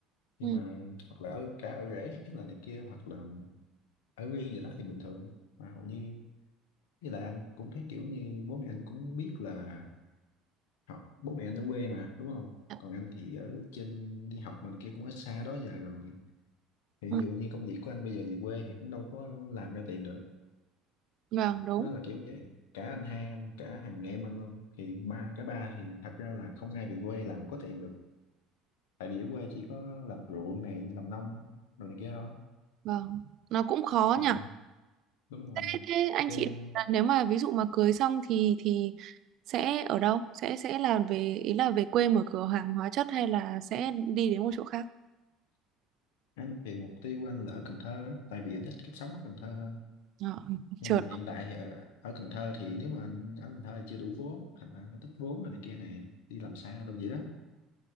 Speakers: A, on the left; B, on the right.
A: nhưng
B: ừ,
A: mà hoặc là ở cả ở rể hay là này kia hoặc là ở riêng gì đó thì bình thường mà hầu như với lại anh cũng thấy kiểu như bố mẹ anh cũng biết là họ bố mẹ anh ở quê mà đúng không
B: dạ,
A: còn anh thì ở trên đi học rồi này kia cũng ở xa đó giờ rồi thì
B: ừ,
A: ví dụ như công việc của anh bây giờ về quê thì cũng đâu có làm ra tiền được
B: vâng đúng
A: nó là kiểu vậy cả anh hai anh cả thằng em anh luôn thì ba cả ba thì thật ra là không ai về quê làm có tiền được tại vì ở quê chỉ có làm ruộng này làm nông rồi này kia thôi
B: vâng nó cũng khó
A: ừ,
B: nhỉ
A: đúng
B: thế,
A: rồi
B: thế anh
A: cho
B: chị
A: nên
B: là nếu mà ví dụ mà cưới xong thì thì sẽ ở đâu sẽ sẽ là về ý là về quê mở cửa hàng hóa chất hay là sẽ đi đến một chỗ khác
A: anh thì mục tiêu của anh là ở Cần Thơ á tại vì anh thích cách sống ở Cần Thơ hơn
B: Ờ, <laughs>
A: nhưng mà
B: chợ
A: hiện tại thì ở, ở Cần Thơ thì nếu mà anh ở Cần Thơ thì chưa đủ vốn thành ra nó tích vốn rồi này kia này đi làm xa đâu vậy đó